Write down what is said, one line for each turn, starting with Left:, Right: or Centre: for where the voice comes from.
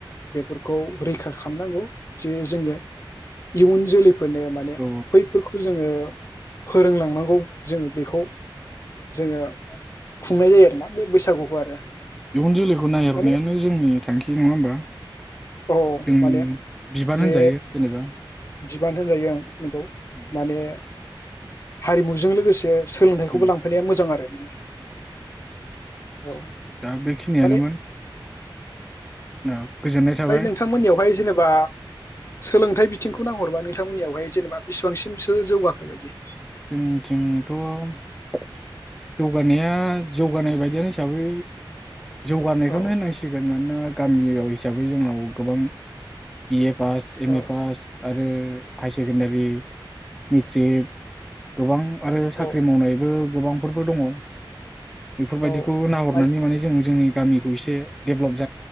Left: बेफोरखौ रैखा खालामनांगौ। जे जोंनो इयुन जोलैफोर फोरनो माने
Centre: औ
Left: बैफोरखौ जोङो फोरोंलांनांगौ जोङो बेखौ जोङो खुंनाय जायो आरोना। बे बैसागुखौ
Centre: औ
Left: आरो
Centre: इयुन जोलैखौ ननायहरनायानो
Left: माने
Centre: जोंनि थांखि नङा होनबा
Left: औ
Centre: जोंनि
Left: माने
Centre: बिबान
Left: जे
Centre: होनजायो जेनेबा
Left: बिबान होनजायो ओं। नंगौ
Centre: उम
Left: माने हारिमुजों लोगोसे सोलोंथाइखौबो
Centre: उम
Left: लांफैनाया मोजां आरो माने।
Centre: औ औ
Left: औ
Centre: दा बेखिनियानोमोन।
Left: माने
Centre: औ गोजोननाय
Left: ओमफाय
Centre: थाबाय
Left: नोंथांमोननियावहाय जेनेबा सोलोंथाइ बिथिंखौ नाहरबा नोंथांमोननियावहाय जेनेबा बेसेबांसिमसो जौगाखो बायदि?
Centre: जोंथिंथ' जौगानाया जौगानाय बायदियानो हिसाबै जौगानायखौनो
Left: औ
Centre: होननांसिगोन मानोना। गामियाव हिसाबै जोंनाव गोबां बि एफ पास एम
Left: औ
Centre: ए पास आरो हाय सेकेणडारि मेथ्रिक गोबां आरो साख्रि
Left: औ
Centre: मावनायबो गोबांफोरबो दङ। बेफोरबायदिखौ
Left: औ ओमफ्राय
Centre: नाहरनानै माने जों जोंनि गामिखौ एसे डेभेलप